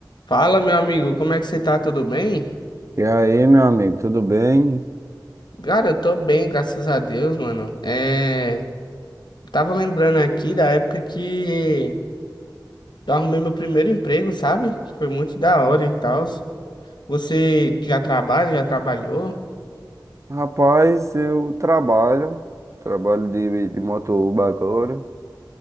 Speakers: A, on the left (about 75°); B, on the right (about 40°).
A: Fala, meu amigo, como é que você tá? Tudo bem?
B: E aí, meu amigo, tudo bem?
A: Cara, eu tô bem, graças a Deus, mano. É, tava lembrando aqui da época que eu arrumei meu primeiro emprego, sabe? Foi muito da hora e tal. Você já trabalha, já trabalhou?
B: Rapaz, eu trabalho, trabalho de, de motoboy agora.